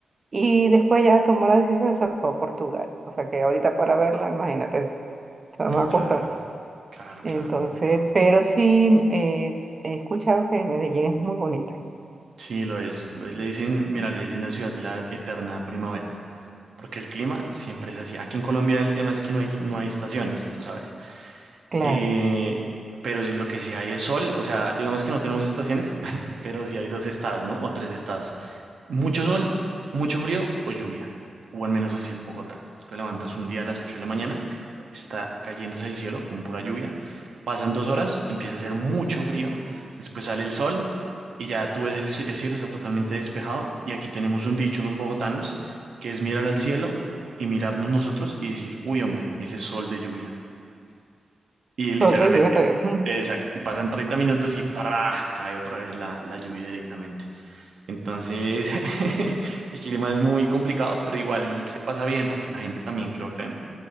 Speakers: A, on the right (about 30°); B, on the right (about 70°).
A: Y después ya tomó la decisión y se fue a Portugal. O sea que ahorita para verla, imagínate, no
B: No,
A: me
B: claro.
A: cuesta más.
B: Claro,
A: Entonces,
B: claro, complicado.
A: pero sí eh, he escuchado que Medellín es muy bonita.
B: Sí, lo es. Lo es. Le dicen, mira, le dicen la ciudad de la eterna primavera. porque el clima siempre es así. Aquí en Colombia el tema es que no hay, no hay estaciones, tú sabes.
A: Claro.
B: Eh, pero sí- lo que sí hay es sol, o sea, digamos que no tenemos estaciones, <laughs> pero sí hay dos estados, ¿no? O tres estados. Mucho sol, mucho frío o lluvia. O al menos así es Bogotá. Te levantas un día a las 8 de la mañana, está cayéndose el cielo con pura lluvia. Pasan dos horas, empieza a hacer mucho frío, después sale el sol y ya tú ves el, ci- el cielo, está totalmente despejado. Y aquí tenemos un dicho los bogotanos, que es mirar al cielo y mirarnos nosotros y decir, uy, hombre, ese sol de lluvia. Y literalmente,
A: Sol de lluvia también. mm,
B: exacto. Y pasan 30 minutos y ¡para! cae otra vez la, la lluvia directamente. Entonces, <laughs> el clima es muy complicado, pero igual se pasa bien porque la gente también creo que